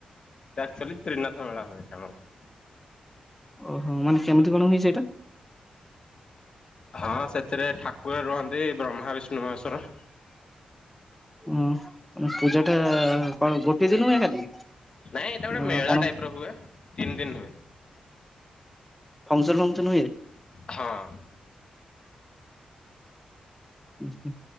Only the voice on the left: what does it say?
ଏଠେ ଅକ୍ଚୁଆଲି ତ୍ରିନାଥ ମେଳା ହୁଏ ଏଠେ ଆମର।
ହଁ ସେଥିରେ ଠାକୁର ରୁହନ୍ତି ବ୍ରହ୍ମା ବିଷ୍ଣୁ ମହେଶ୍ଵର।
ନାଇଁ ଏଇଟା ଗୋଟେ
ମେଳା
ଟାଇପ ର ହୁଏ ତିନି ଦିନି ହୁଏ।
ହଁ।